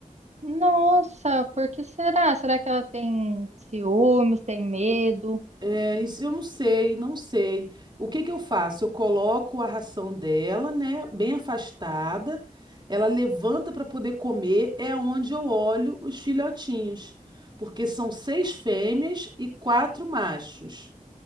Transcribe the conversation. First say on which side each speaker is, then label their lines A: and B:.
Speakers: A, on the right; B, on the right.
A: Nossa, por que será? Será que ela tem ciúmes, tem medo?
B: É, isso eu não sei, não sei. O que que eu faço? Eu coloco a ração dela, né, bem afastada. Ela levanta para poder comer, é onde eu olho os filhotinhos, porque são seis fêmeas e quatro machos.